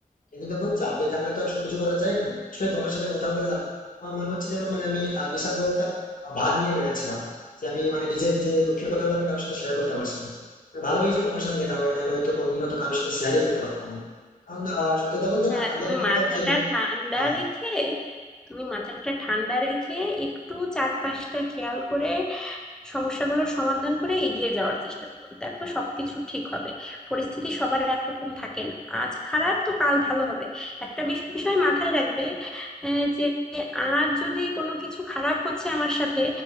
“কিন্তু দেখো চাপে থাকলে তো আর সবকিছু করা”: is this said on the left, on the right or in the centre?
Left